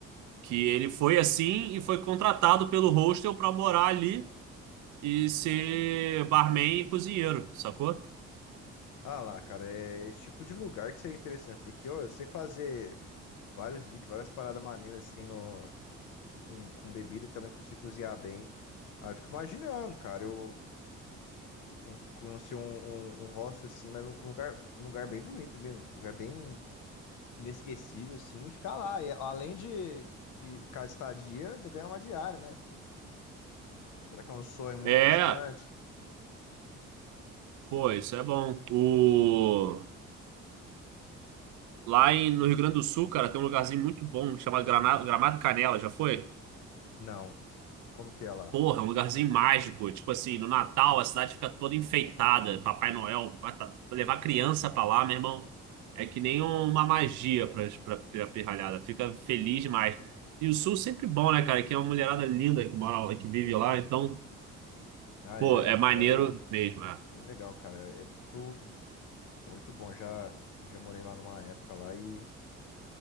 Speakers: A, on the right (about 75°); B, on the left (about 80°).
A: que ele foi assim e foi contratado pelo hostel para morar ali e ser barman e cozinheiro, sacou?
B: Ah lá, cara, é esse tipo de lugar que seria interessante, porque, ó, eu sei fazer vários drinks, várias paradas maneiras, assim, no, com, com bebida, e também consigo cozinhar bem. Aí eu fico imaginando, cara, eu, eu cons- conheci um, um, um hostel, assim, mas um lugar, um lugar bem bonito mesmo, um lugar bem inesquecível, assim, e ficar lá. E, além de, de ficar estadia, ainda ganhar uma diária, né? Será que é um sonho muito
A: É,
B: distante?
A: pô, isso é bom. O... Lá em, no Rio Grande do Sul, cara, tem um lugarzinho muito bom chamado Grana- Gramado Canela, já foi?
B: Não. Como que é lá?
A: Porra, um lugarzinho mágico. Tipo assim, no Natal a cidade fica toda enfeitada. Papai Noel, pra- pra levar criança pra lá, meu irmão, é que nem uma magia pra, pra, pra pirralhada. Fica feliz demais. E o Sul sempre bom, né, cara? Que é uma mulherada linda que mora lá, que vive lá. Então,
B: Ah,
A: pô,
B: é,
A: é
B: é um
A: maneiro
B: lugar bem,
A: mesmo, né?
B: bem legal, cara. É é muito, é muito bom. Já, já morei lá numa época lá e